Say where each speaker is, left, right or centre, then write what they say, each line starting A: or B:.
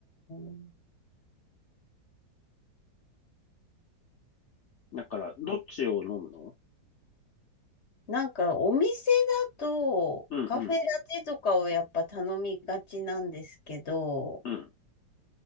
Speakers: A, on the left; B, on the left.
A: ん。
B: だから、どっちを飲むの
A: なんかお店だとカフェラテとかをやっぱ頼みがちなんですけど、
B: うんうん、